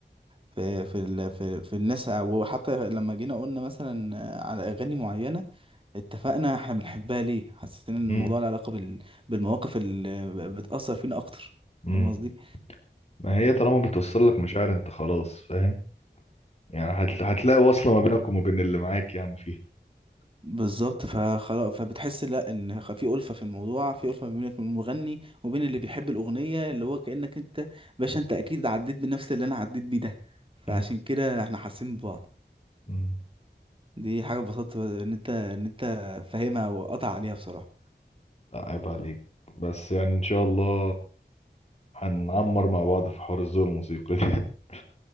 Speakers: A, on the right (about 30°); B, on the left (about 35°).
A: في في ال... في, في الناس وحتى لما جينا قلنا مثلا على اغاني معينه اتفقنا احنا بنحبها ليه حسينا ان
B: امم
A: الموضوع له علاقه بال... بالمواقف اللي بتاثر فينا اكتر
B: امم
A: فاهم قصدي
B: ما هي طالما بتوصل لك مشاعر انت خلاص فاهم يعني هت... هتلاقي وصله ما بينك وما بين اللي معاك يعني فيها
A: بالظبط فخلاص فبتحس لا ان خ- في الفه في الموضوع في الفه ما بينك وبين المغني وبين اللي بيحب الاغنيه اللي هو كانك انت باشا انت اكيد عديت بنفس اللي انا عديت بيه ده فعشان
B: امم
A: كده احنا حاسين ببعض
B: امم
A: دي حاجه اتبسطت ان انت ان انت فاهمها وقطع عليها بصراحه
B: لا عيب عليك بس يعني ان شاء الله هنعمر مع بعض في حوار الذوق الموسيقي ده <laughs>